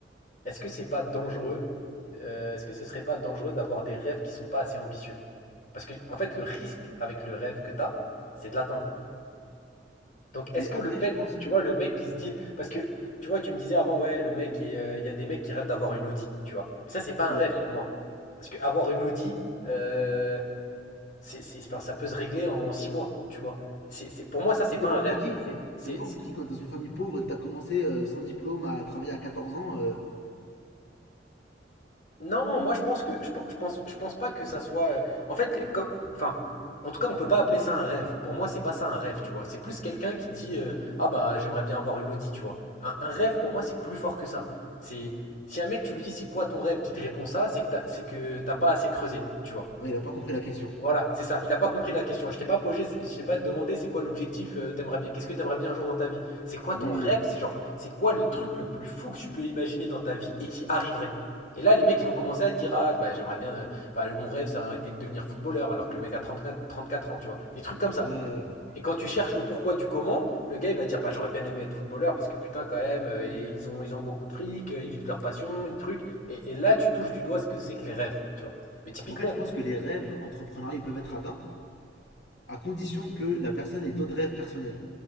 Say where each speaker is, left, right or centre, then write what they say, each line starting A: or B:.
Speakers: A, on the left; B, on the left.
A: est-ce que c'est pas dangereux? euh, est-ce que ce serait pas dangereux d'avoir des rêves qui sont pas assez ambitieux? Parce que, en fait, le risque avec le rêve que t'as, c'est de l'atteindre. Donc, est-ce
B: Mais
A: que
B: après
A: le fait,
B: je pense que
A: tu vois, le mec qui se dit, parce que, tu vois, tu me disais avant, ouais, le mec, est, euh, il y a des mecs qui rêvent d'avoir une Audi, tu vois. Mais ça, c'est pas un
B: ouais,
A: rêve pour moi. Parce que avoir une Audi, euh, c'est, c'est- enfin, ça peut se régler en six mois, tu vois. C'est, c'est- pour moi, ça, c'est
B: ça
A: pas
B: dépend
A: un rêve.
B: pour qui.
A: C'est, c'est-
B: Ça dépend
A: c'est
B: pour qui quand t'es dans une famille pauvre et que t'as commencé euh, sans diplôme à travailler à 14 ans, euh,
A: Non, moi je pense que je, pen- je pense je pense pas que ça soit. euh, en fait, comme, enfin, en tout cas, on peut pas appeler ça un rêve. Pour moi, c'est pas ça un rêve, tu vois. C'est plus quelqu'un qui dit euh, ah bah j'aimerais bien avoir une Audi, tu vois. Un, un rêve pour moi, c'est plus fort que ça. C'est si un mec tu lui dis c'est quoi ton rêve, qui te répond ça, c'est que t'as, c'est que t'as pas assez creusé, tu vois.
B: ouais il a pas compris la question.
A: Voilà, c'est ça. Il a pas compris la question. Je t'ai pas posé, je t'ai pas demandé c'est quoi l'objectif, euh, t'aimerais bien, qu'est-ce que t'aimerais bien un jour dans ta vie? C'est quoi
B: Oui,
A: ton
B: oui,
A: rêve? C'est genre, c'est quoi le truc le plus fou que tu peux imaginer dans ta vie et qui arriverait? Et là, les mecs, ils vont commencer à te dire, ah, bah, j'aimerais bien, euh, bah, mon rêve, ça aurait été de devenir footballeur, alors que le mec a trente-quatre trente-quatre ans, tu vois. Des trucs comme ça.
B: oui. ouais. euh.
A: Et quand tu cherches le pourquoi du comment, le gars, il va dire, bah, j'aurais bien aimé être footballeur, parce que putain, quand même, euh, et ils ont, ils ont beaucoup de fric, euh, ils vivent de leur passion, une truc. Et, et là, tu touches du doigt ce que c'est que les rêves, tu vois. Mais typiquement,
B: En fait je pense que les rêves entrepreneuriaux peuvent être atteints à condition que la personne ait d'autres rêves personnels.